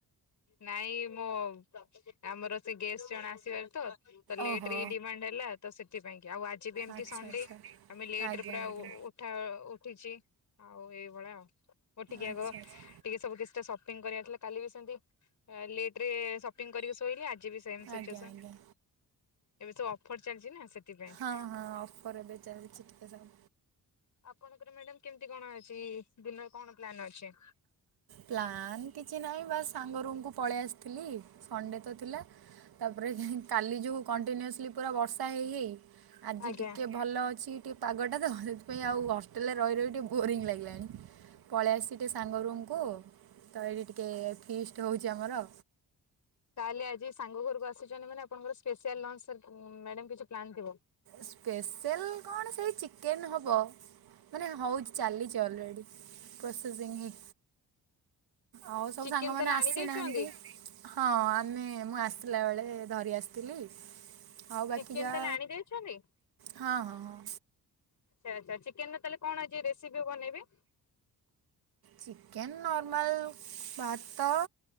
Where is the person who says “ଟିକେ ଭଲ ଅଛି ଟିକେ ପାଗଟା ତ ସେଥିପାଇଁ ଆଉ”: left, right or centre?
Right